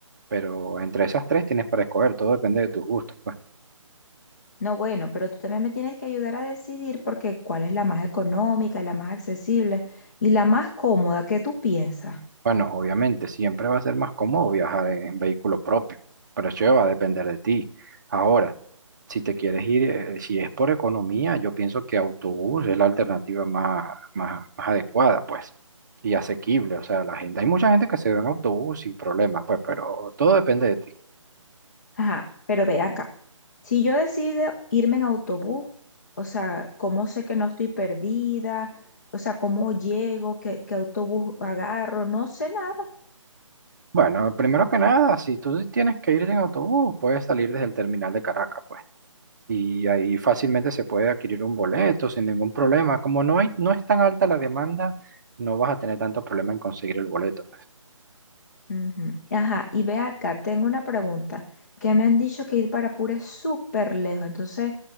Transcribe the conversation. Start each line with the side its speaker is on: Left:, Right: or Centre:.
Right: pero entre esas tres tienes para escoger, todo depende de tus gustos. pues.
Left: No, bueno, pero tú también me tienes que ayudar a decidir porque cuál es la más económica, la más accesible y la más cómoda que tú piensas.
Right: Bueno, obviamente, siempre va a ser más cómodo viajar en, en vehículo propio, pero eso va a depender de ti. Ahora, si te quieres ir, eh, si es por economía, yo pienso que autobús es la alternativa más, más, más adecuada, pues, y asequible. O sea, la gente, hay mucha gente que se va en autobús sin problema, pues, pero todo depende de ti.
Left: Ajá, pero ve acá. Si yo decido irme en autobús, o sea, ¿cómo sé que no estoy perdida? O sea, ¿cómo llego? ¿Qué, qué autobús agarro? No sé nada.
Right: Bueno, primero que nada, si tú tienes que ir en autobús, puedes salir desde el terminal de Caracas, pues. y ahí fácilmente se puede adquirir un boleto sin ningún problema. Como no hay, no es tan alta la demanda, no vas a tener tanto problema en conseguir el boleto.
Left: Ujú. Ajá, y ve acá, tengo una pregunta, que me han dicho que ir para Pura es súper lejos, entonces,